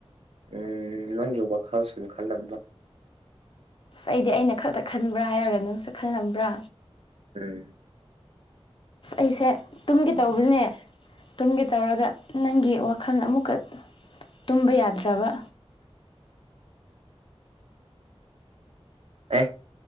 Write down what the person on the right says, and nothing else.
ꯎꯝ ꯅꯪꯒꯤ ꯋꯥꯈꯜꯁꯨꯝ ꯈꯜꯂꯝꯕ
ꯎꯝ
ꯑꯦ